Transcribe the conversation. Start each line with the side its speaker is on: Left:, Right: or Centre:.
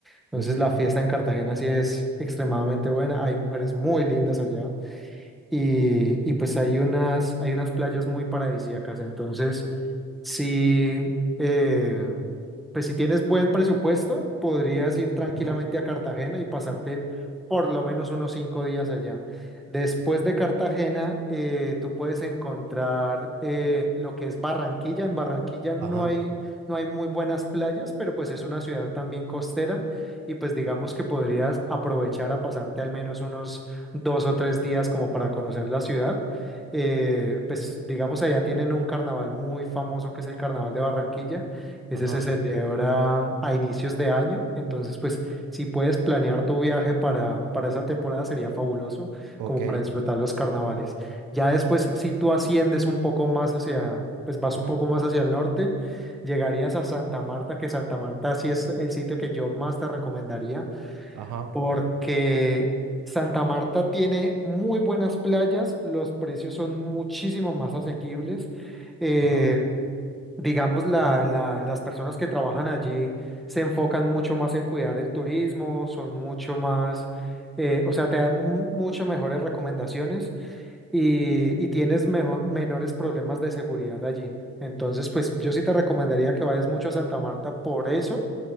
Centre: Entonces
Right: Ujú,
Centre: la fiesta en Cartagena sí es extremadamente buena, hay mujeres muy lindas allá y, y pues hay unas, hay unas playas muy paradisíacas. Entonces, si, eh, pues si tienes buen presupuesto, podrías ir tranquilamente
Right: ujú,
Centre: a Cartagena y pasarte por lo menos unos cinco días allá. Después de Cartagena, eh, tú puedes encontrar eh, lo que es Barranquilla. En Barranquilla no
Right: Ajá,
Centre: hay, no hay muy buenas playas, pero pues es una ciudad también costera y pues digamos que podrías aprovechar a pasarte al menos unos dos o tres días como para conocer la ciudad. Eh, pues digamos, allá tienen un carnaval muy famoso que es el Carnaval de Barranquilla. Ese
Right: ajá,
Centre: se celebra a inicios de año. Entonces, pues si puedes planear tu viaje para, para esa temporada sería fabuloso,
Right: ok.
Centre: como para disfrutar los carnavales. Ya después, si tú asciendes un poco más hacia, pues vas
Right: ujú,
Centre: un poco más hacia el norte. Llegarías a Santa Marta, que Santa Marta sí es el sitio que yo más te recomendaría
Right: Ajá,
Centre: porque Santa Marta tiene muy buenas playas, los precios son muchísimo más asequibles. eh,
Right: ajá,
Centre: digamos, la- la- las personas que trabajan allí se enfocan mucho más en cuidar el turismo, son mucho más, eh, o sea, te dan mu- mucho mejores recomendaciones y, y tienes mejo- menores problemas de seguridad allí. Entonces, pues yo sí te recomendaría que vayas mucho a Santa Marta por eso